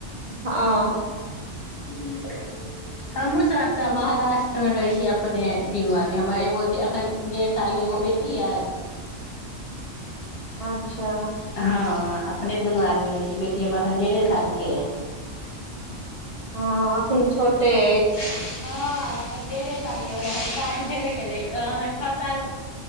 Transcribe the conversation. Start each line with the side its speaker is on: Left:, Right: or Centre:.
Right: हँ
Left: हू हमहूँ सबटा महाराष्ट्रमे रहै छी अपने तीनू आदमी हमरा एगो एखन डेढ़ सालके एगो बेटी य
Right: अच्छा
Left: हँ अपने दुनू आदमी रहै छी बेटी हमर एखन डेढ़े सालके
Right: हँ एखन छोटे अछि
Left: हँ अखन डेढ़े सालके भेलै हय शादी भेबे केलै हमर छ साल